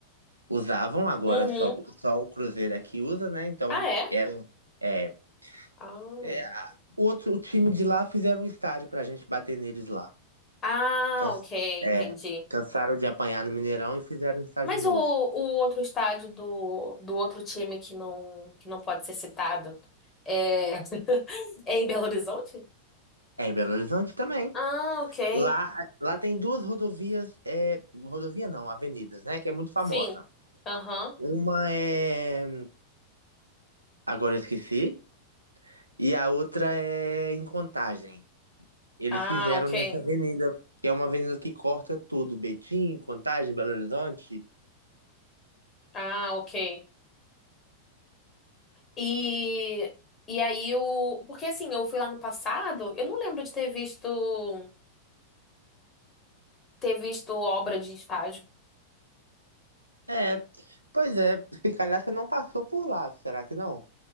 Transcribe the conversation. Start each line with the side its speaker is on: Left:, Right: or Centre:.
Right: usavam, agora
Left: Uhum.
Right: só, só o Cruzeiro é que usa, né? Então,
Left: Ah, é?
Right: era, é,
Left: Ah,
Right: é, a- o outro o time de lá fizeram um estádio pra gente bater neles lá.
Left: Ah,
Right: Can-
Left: ok, entendi.
Right: É, cansaram de apanhar no Mineirão e fizeram um estádio
Left: Mas
Right: novo.
Left: o, o outro estádio do, do outro time que não, que não pode ser citado é, <laughs> é em Belo Horizonte?
Right: É em Belo Horizonte também.
Left: Ah, ok.
Right: Lá, lá tem duas rodovias, é, rodovia não, avenidas, né? Que é muito famosa.
Left: Sim. Aham.
Right: Uma é. Agora eu esqueci. E a outra é em Contagem. Eles
Left: Ah,
Right: fizeram
Left: ok.
Right: nessa avenida, que é uma avenida que corta tudo. Betim, Contagem, Belo Horizonte.
Left: Ah, ok. E, e aí o. Porque assim, eu fui lá no passado, eu não lembro de ter visto ter visto obra de estádio.
Right: É, pois é. Se calhar você não passou por lá, será que não?